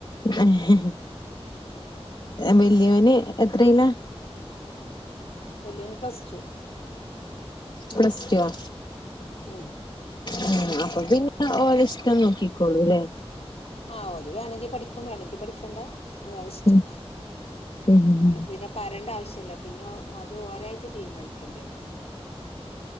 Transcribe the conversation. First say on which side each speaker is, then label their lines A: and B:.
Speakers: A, on the left; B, on the left.
A: ആഹ്ഹ വലിയോന് എത്രയില്ല
B: വലിയവൻ പ്ലസ് ടു
A: പ്ലസ് ടു വാ
B: ഉം
A: ഉം അപ്പൊ പിന്നെ ഓലേ ഇഷ്ടം നോക്കിക്കോളൂല്ലേ
B: ആഹ് ഓല് വേണമെങ്കിൽ പഠിക്കും വേണെങ്കിൽ പഠിക്കണ്ട അത് ഒരേ ഇഷ്ട്ടം
A: ഉം ഉം
B: നമ്മക്ക് പിന്നെ പറയേണ്ട ആവശ്യല്ല പിന്നെ അത് ഒരായിട്ട് തീരുമാനിക്കേണ്ടതാ